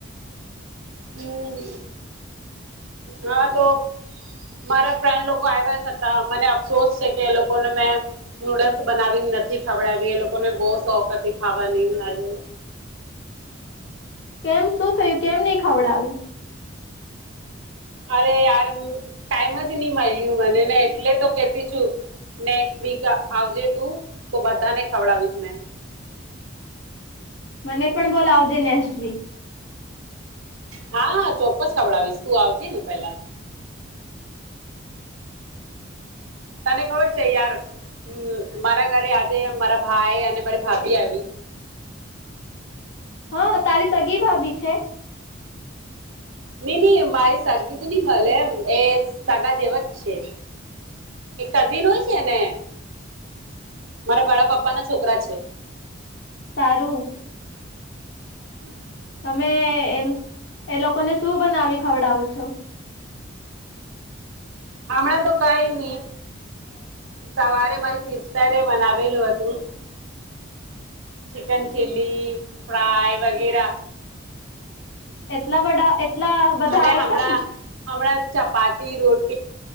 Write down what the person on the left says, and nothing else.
કેમ શું થયું કેમ નહી ખવડાવી?
મને પણ બોલ આવજે નેસ્ટ વીક.
હા તારી સગી ભાભી છે?
સારું.
તમે એનું એ લોકોને શું બનાવી ખવડાવો છો?
એટલા બધા એટલા બધા
આઈટમ